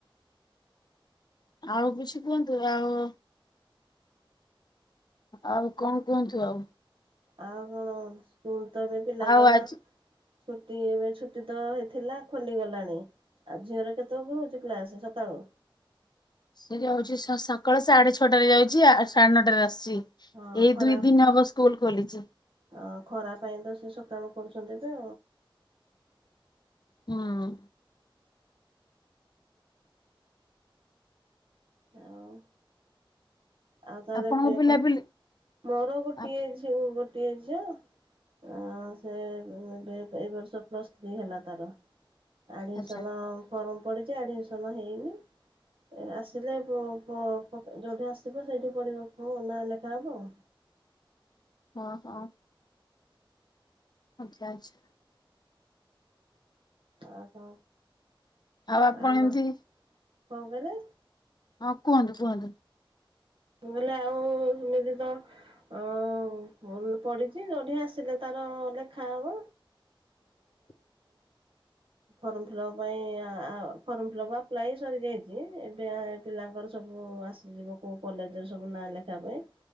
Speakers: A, on the left; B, on the right.
A: ଆଉ କିଛି କୁହନ୍ତୁ ଆଉ ଆଉ କଣ କୁହନ୍ତୁ ଆଉ
B: ଆଉ ହଁ ସ୍କୁଲ ତ ଏବେ ପିଲାଙ୍କର
A: ଆଉ ଆଜି
B: ଛୁଟି ଏବେ ଛୁଟି ତ ହେଇଥିଲା ଖୋଲିଗଲାଣି। ଆଉ ଝିଅର କେତେବେଳକୁ ହେଉଛି କ୍ଲାସ ସକାଳୁ?
A: ସେ ଯାଉଛି ଛ ସକାଳ ସାଢେ ଛଅଟାରେ ଯାଉଛି ଆ ସାଢେ ନଅଟାରେ ଆସୁଛି।
B: ହଁ
A: ଏଇ
B: ଖରା
A: ଦୁଇ ଦିନ ହବ ସ୍କୁଲ ଖୋଲିଛି।
B: ହଁ ଖରା ପାଇଁ ତ ସେ ସକାଳୁ କରୁଛନ୍ତି ତ
A: ହୁଁ।
B: ଆଉ ଆଉ ତାହେଲେ
A: ଆପଣଙ୍କ
B: ପେପ
A: ପିଲାପିଲି
B: ମୋର ଗୋଟିଏ
A: ଆ
B: ଝିଅ ଗୋଟିଏ ଝିଅ ହଁ ସେ ଏବେ ଏ ବର୍ଷ ପ୍ଲସ୍ ଥ୍ରୀ ହେଲା ତାର। ଆଡ଼ମିସନ
A: ଆଚ୍ଛା
B: ଫର୍ମ ପଡ଼ିଛି ଆଡ଼ମିସନ୍ ହେଇନି ଆସିଲେ ପ ପ ପକେ ଯେଉଁଠି ଆସ ସିବ ସେଇଠି ପଢ଼ିବ ପୁଅ ନାଁ ଲେଖା ହେବ ଆଉ।
A: ହଁ ହଁ। ଆଚ୍ଛା ଆଚ୍ଛା।
B: ଅ ହ
A: ଆଉ ଆପଣ
B: ଆମ
A: ଏମିତି
B: କଣ କହିଲେ?
A: ହଁ କୁହନ୍ତୁ କୁହନ୍ତୁ।
B: ମୁଁ କହିଲି ଆଉ ସେମିତି ତ ଅ ଭଲ ପଢିଛି ଯୋଉଠି ଆସିଲେ ତାର ଲେଖା ହବ।
A: <unintelligible>
B: ଫର୍ମ ଫିଲ୍ଅପ୍ ପାଇଁ ଆ ଆ ଫର୍ମ ଫିଲ୍ଅପ୍ ଆପ୍ଲାଏ ସରିଯାଇଛି ଏବେ ପିଲାଙ୍କର ସବୁ ଆସିଯିବ କୋଉ କଲେଜରେ ସବୁ ନାଁ ଲେଖା ପାଇଁ